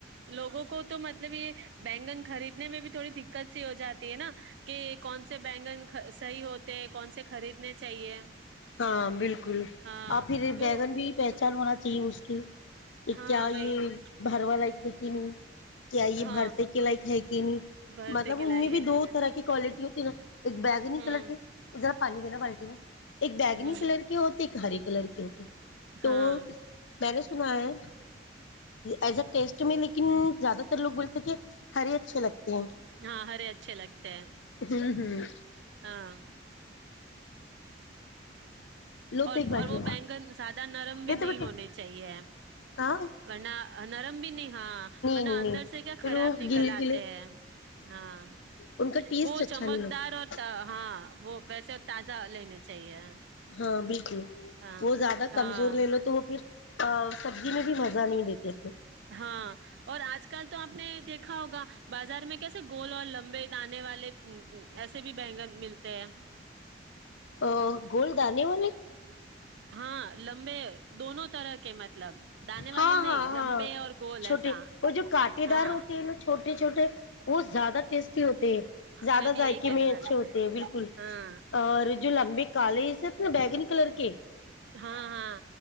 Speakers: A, on the right (about 65°); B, on the left (about 80°).
A: لوگوں کو تو مطلب یہ بینگن خریدنے میں بھی تھوڑی دقت سی ہو جاتی ہے نا کہ کون سے بینگن صحیح ہوتے کون سے خریدنے چاہیے
B: ہاں بالکل
A: ہاں
B: اور پھر
A: تو
B: بیگن بھی پہچان ہونا جی اس کی کہ
A: ہاں
B: کیا
A: وہی
B: یہ
A: تو
B: بھر والا لیک میں کیا یہ
A: ہاں
B: بھرتے کے لائک ہے کہ نہیں
A: بھرتے
B: مطلب
A: کے
B: ان
A: لائق
B: میں بھی
A: ہے کہ
B: دو
A: نہیں
B: طرح کی کوالٹی ہوتی ہے نا ایک بیگنی
A: ہوں
B: کلر کے ذرا پانی دینا بالٹی میں ایک بیگنی
A: ہوں
B: کلر کے ہو ایک ایک ہاری کلر کی ہوتی تو
A: ہاں
B: ب سنا ہے ایز اے ٹیسٹ میں لیکن زیادہ تر لوگ بولتے کہ ہرے اچھے لگتے ہیں
A: ہاں ہرے اچھے لگتے ہیں
B: ہوں ہوں
A: ہاں
B: لو تو
A: اور
B: ایک بالٹی
A: اور وہ بینگن زیادہ نرم بھی
B: دیتے
A: نہیں
B: بیٹے
A: ہونے چاہیے
B: ہاں
A: ورنہ نرم بھی نہیں ہاں ورنہ
B: نہیں
A: اندر
B: نہیں
A: سے کیا خراب
B: پھر وہ
A: نکل
B: گل
A: آتے
B: گلے
A: ہیں ہاں
B: ان کا ٹیسٹ
A: وہ
B: اچھا
A: چمکدار
B: نہیں لگتا
A: ہوتا ہاں اں وہ ویسے تازہ لینے چاہیے
B: ہاں بالکل
A: ہاں
B: وہ زیادہ
A: ہاں
B: کمزور لے لو تو وہ پھر سبزی میں بھی مزہ نہیں دیتے اپنے
A: ہاں اور آج کل تو آپ نے دیکھا ہوگا بازار میں کیسے گول اور لمبے دانے والے ایسے بھی بگن ملتے ہیں
B: ا گول دان والے
A: ہاں لمبے دونوں طرح <unintelligible> دانے والے
B: ہاں
A: نہیں
B: ہاں ہاں
A: لمبے اور گول
B: چھوٹے
A: ایسا
B: اور جو کانٹے
A: ہاں
B: دار ہوتے ہیں ن چھوٹے چھوٹے وہ زیادہ ٹیسٹی ہوتے ہیں زیادہ
A: میں بھی
B: ذائقے
A: یہی کہنے
B: میں
A: والے
B: اچھے ہوتے
A: تھے
B: ہیں بالکل
A: ہاں
B: اور جو لمبے کالے سےت بیگنی کلر کے
A: ہاں ہاں